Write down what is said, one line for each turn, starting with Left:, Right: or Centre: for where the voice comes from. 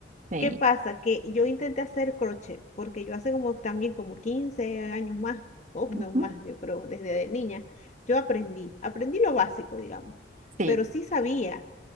Right: Sí,
Left: ¿Qué pasa? Que yo intenté hacer crochet, porque yo hace como también como 15 años más, o
Right: ujú,
Left: no más, yo creo, desde niña, yo aprendí, aprendí lo básico, digamos,
Right: sí.
Left: pero sí sabía,